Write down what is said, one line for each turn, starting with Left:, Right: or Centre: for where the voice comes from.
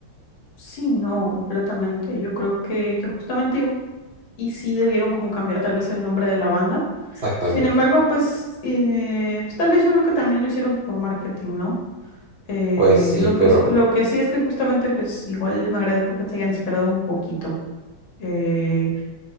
Left: Sí, no, completamente. Yo creo que, que justamente igu- y sí debieron como cambiar tal vez el nombre de la banda.
Right: exactamente.
Left: Sin embargo, pues, eh, pues tal vez yo creo que también lo hicieron por marketing, ¿no? Eh,
Right: Pues sí,
Left: lo
Right: pero
Left: que, s- lo que sí es que justamente, pues igual me agradezco que se hayan esperado un poquito, eh,